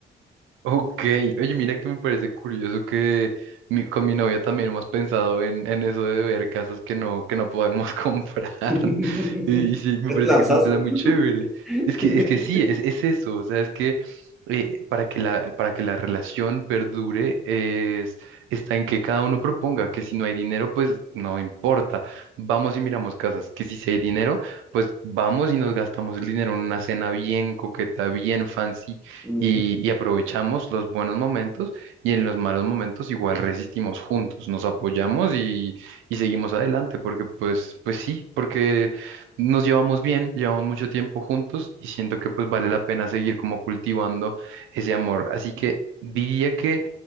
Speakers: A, on the right; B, in the centre.
A: Ok, oye, mira que me parece curioso que mi- con mi novia también hemos pensado en, en eso de ver casas que no, que no podemos <laughs> comprar.
B: <laughs>
A: Y, y sí, me
B: es
A: parece
B: lanzazo.
A: que es un plan muy chévere.
B: <laughs>
A: Es que, es que sí, es, es eso. O sea, es que eh, para que la, para que la relación perdure es, está en que cada uno proponga, que si no hay dinero, pues no importa. Vamos y miramos casas, que si sí hay dinero, pues vamos y nos gastamos el dinero en una cena bien coqueta, bien fancy
B: Ujú.
A: y, y aprovechamos los buenos momentos y en los malos momentos igual resistimos juntos, nos apoyamos y, y seguimos adelante, porque pues, pues sí, porque nos llevamos bien, llevamos mucho tiempo juntos y siento que pues vale la pena seguir como cultivando ese amor. Así que diría que